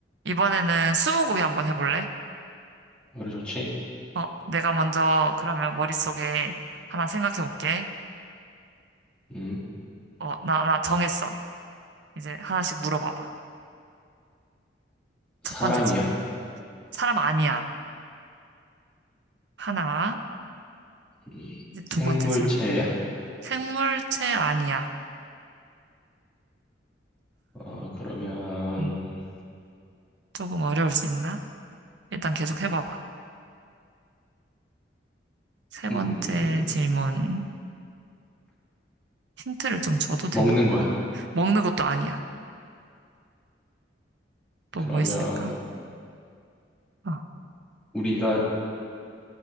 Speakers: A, on the right (about 70°); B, in the centre.
A: 이번에는 스무고개 한번 해볼래?
B: 그래 좋지.
A: 어, 내가 먼저 그러면 머릿속에 하나 생각해 볼게.
B: 음,
A: 어, 나, 나 정했어. 이제 하나씩 물어봐봐.
B: 사람이야?
A: 첫 번째 질문. 사람 아니야. 하나.
B: 음,
A: 이제
B: 생물체야?
A: 두 번째 질문. 생물체 아니야.
B: 어, 그러면
A: 음, 조금 어려울 수 있나? 일단 계속 해봐봐. 세 번째
B: 음,
A: 질문. 힌트를 좀 줘도
B: 먹는
A: 되나?
B: 거야?
A: 먹는 것도 아니야. 또
B: 그러면
A: 뭐 있을까? 어,
B: 우리가